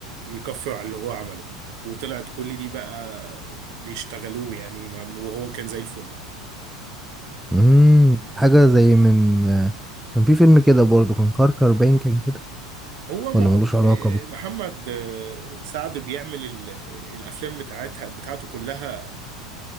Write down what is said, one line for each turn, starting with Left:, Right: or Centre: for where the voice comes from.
Right: يكفر على اللي هو عمله وطلعت كل دي بقى بيشتغلوه يعني ما- وهو كان زي الفل
Centre: امم حاجة زي من آه، كان في فيلم كده برضه كان كركر باين كان كده
Right: هو مح-
Centre: ولا ملوش علاقة بال-
Right: محمد آه، سعد بيعمل ال- الافلام بتاعتها بتاعته كلها